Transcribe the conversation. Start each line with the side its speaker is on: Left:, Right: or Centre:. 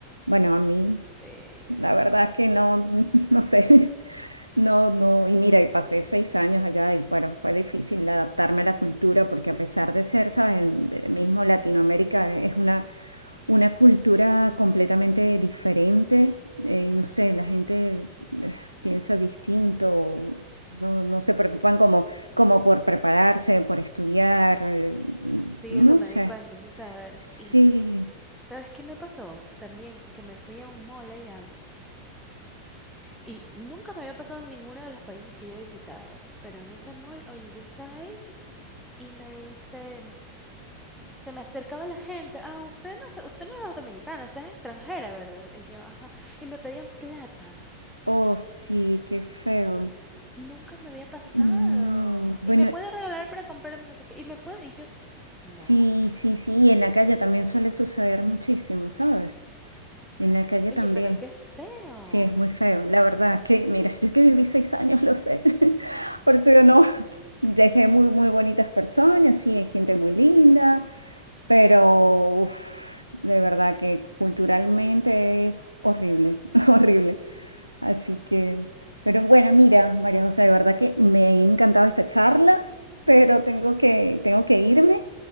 Right: Bueno, a mí,
Centre: sí, bien
Right: la
Centre: feo.
Right: verdad
Centre: Sí,
Right: que no, <laughs> no sé. No, no, y mira, y pasé seis años allá y bueno, fue difícil adaptarme a la cultura porque a pesar de ser, sabes, el eh, mismo Latinoamérica es una una cultura completamente diferente. eh, no sé, la gente eh, piensa distinto, no, no se preocupan como, como por prepararse, por estudiar, eh,
Centre: eso
Right: no
Centre: me
Right: sé.
Centre: di cuenta, sí, sabes.
Right: Sí,
Centre: Y, ¿sabes qué me pasó? También que me fui a un mall allá. Y nunca me había pasado en ninguno de los países que yo he visitado. Pero en ese mall, oye, yo estaba ahí. y me dice, se me acercaba la gente, ah, usted no, es- usted no era dominicana, usted es extranjera, ¿verdad? Y yo, ajá, y me pedían plata.
Right: oh sí, qué feo.
Centre: Nunca me había pasado.
Right: No, bueno,
Centre: Y me puede regalar para comprarme no sé qué. Y me puede, y yo, no.
Right: sí, sí, sí, y en la calle también suele suceder muchísimo, ¿sabes? En la calle
Centre: Oye,
Right: también.
Centre: pero qué feo.
Right: Sí, es muy feo. La verdad es que, mira, yo que viví seis años, lo sé. <laughs> Por
Centre: Sí.
Right: eso que no, dejé muy, muy bonitas personas, sí, hay gente muy linda, pero uf, de verdad que culturalmente es horrible, <laughs> horrible. Así que, pero bueno, mira, María José, de verdad que me ha encantado esta charla, pero tengo que, tengo que irme.